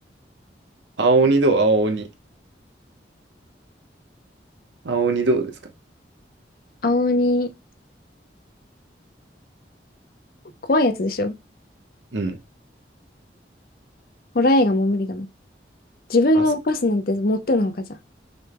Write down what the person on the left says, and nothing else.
青鬼、怖いやつでしょ。
ホラー映画も無理だもん。自分が動かすなんてもってのほかじゃん。